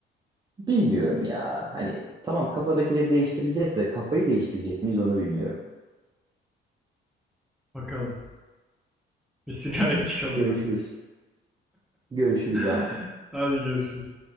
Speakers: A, on the right; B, in the centre.
A: bilmiyorum ya. Hani tamam kafadakileri değiştireceğiz de kafayı değiştirecek miyiz onu bilmiyorum.
B: Bakalım. Bir sigaraya çıkalım
A: Görüşürüz.
B: bence.
A: Görüşürüz
B: <laughs>
A: abi.
B: Hadi görüşürüz.